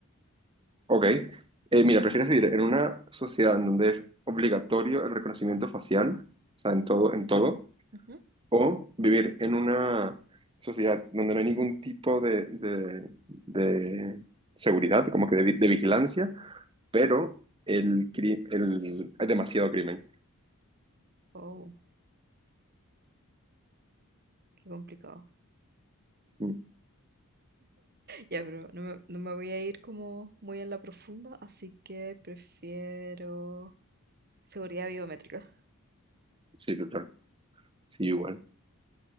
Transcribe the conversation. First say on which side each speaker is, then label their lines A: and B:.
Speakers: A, on the right; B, on the right.
A: Ok. Eh, mira, ¿prefieres vivir en una sociedad en donde es obligatorio el reconocimiento facial? O sea, en todo, en todo.
B: Ujú.
A: O vivir en una sociedad donde no hay ningún tipo de, de, de seguridad, como que de vi- de vigilancia pero el, cri- el, hay demasiado crimen.
B: Oh. Qué complicado.
A: Mm,
B: Ya, pero no me, no me voy a ir como muy en la profunda, así que prefiero seguridad biométrica.
A: Sí, total. Sí, igual.